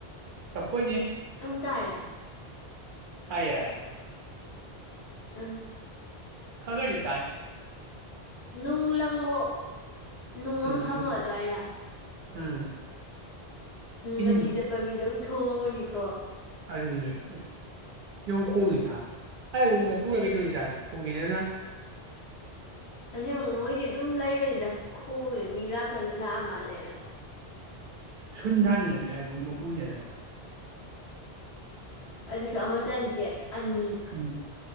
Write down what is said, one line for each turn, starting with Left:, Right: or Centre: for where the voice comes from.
Right: ꯆꯄꯣ ꯏꯅꯤꯦ
Left: ꯇ ꯇꯥꯔꯦ
Right: ꯑꯌꯥ
Left: ꯑꯝ
Right: ꯈꯒꯔꯤ
Left: ꯅꯨꯡꯂꯪ ꯇꯨꯡꯉ ꯅꯨꯡ
Right: ꯎꯝ
Left: ꯑꯃꯝ ꯊꯝꯃꯣ ꯑ ꯑꯗꯨꯋꯥꯏꯗ
Right: ꯎꯝ ꯆꯤꯟ
Left: ꯂꯝꯕꯤ ꯆꯠꯄ ꯃꯤꯗꯪ ꯊꯣꯡꯉꯨꯅꯤꯀꯣ ꯀꯣ
Right: ꯑꯅ ꯂꯩꯁ ꯌꯣꯡꯈꯣꯡꯅꯤꯅ ꯑꯩꯕꯨ ꯃꯄꯨꯔꯒ ꯀꯩꯗꯧꯔꯤꯖꯥꯠꯅꯣ ꯐꯨꯈꯤꯦꯗꯅ <inaudible>
Left: ꯑ ꯑꯃꯨꯛ ꯃꯣꯏꯗꯤ ꯑꯗꯨꯝ ꯂꯩꯕꯅꯤꯗ ꯈꯣꯡꯉꯦ ꯃꯤ ꯂꯥꯀꯅꯤ ꯂꯥꯛꯑ ꯃꯥꯜꯂꯦꯅ
Right: ꯁꯨꯟ ꯁꯥꯥꯟꯅꯦꯃꯦ ꯑꯩꯕꯨ ꯃꯄꯨꯅꯦꯗ
Left: ꯑꯗꯨꯁꯨ ꯑꯃꯇ ꯅꯇꯦ ꯑꯅꯤ
Right: ꯎꯝ